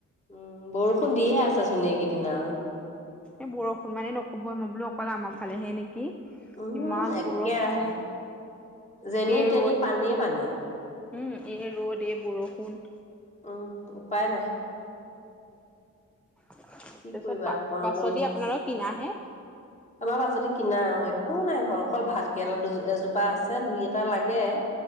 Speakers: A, on the left; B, in the centre.
A: উম বৰষুণ দিয়ে আছ চোন এইকেইদিনা
B: এই বৰষুণ মানে নকব মই বোলো অকল আমৰ ফালেহে নেকি
A: উম
B: ইমান
A: একেৰাহে
B: বৰষুণ
A: যেনি
B: এই
A: তেনি
B: ৰ'দ
A: পানীয়ে পানী
B: উম এই ৰ'দ এই বৰষুণ
A: উম উপায় নাই
B: তাৰপিছত
A: কি কৰিবা
B: পা
A: আপোনাৰ
B: পাচলি
A: বৌ
B: আপোনালকৰ কিনাহে
A: আমাৰ পাচলি কিনা অ একো নাই ঘৰত অকল ভাত কেলা দু এজোপা আছে দুই এটা লাগে